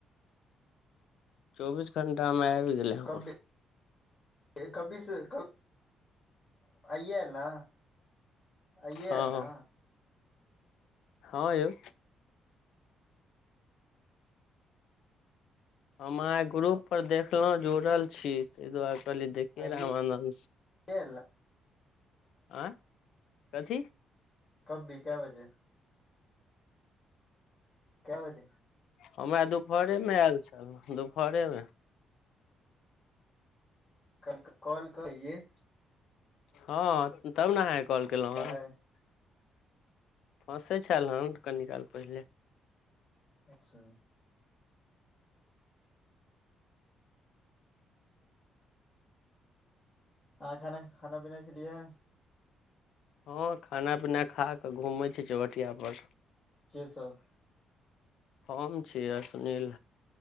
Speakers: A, on the left (about 75°); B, on the left (about 30°).
A: चौबीस घंटा मे आबि गेलै हमर
B: कब्बे कबीस कब अइए एल ना अइ्ये
A: हँ
B: एल न
A: हँ यौ हम अहाँके ग्रुप पर देखलहुँ जुड़ल छी ताहि दुआरे देखिये
B: आइए
A: रामनन्द
B: अल्ला
A: आँ कथी
B: कब भी क्या बजे क्या बजे
A: हमरा दुपहर मे आयल छलहु दुपहर मे
B: कल कल कहियए
A: हँ तब ने अहाँके कॉल केलहुँ
B: अच्छा
A: हेँ हसय छल हँ कनि काल पहिले
B: अच्छा आहा खाना पीना खेलिए
A: हँ खाना पीना खा कऽ घूमै छियै चौबठिया पर
B: के सब
A: हम छीयै आ सुनील